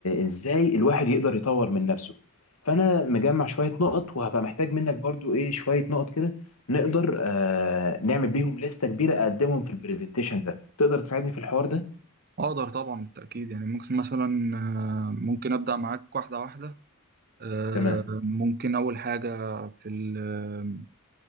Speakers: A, on the left (about 80°); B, on the right (about 45°).
A: ازاي الواحد يقدر يطور من نفسه فانا مجمع شوية نقط وهبقى محتاج منك برضو ايه شوية نقط كده نقدر آه نعمل بيهم لستة كبيرة اقدمهم في البرزنتيشن ده تقدر تساعدني في الحوار ده
B: اقدر طبعا بالتأكيد يعني ممكن مثلا آه، ممكن ابدأ معاك واحدة واحدة آه،
A: تمام
B: ممكن اول حاجة في ال- آه،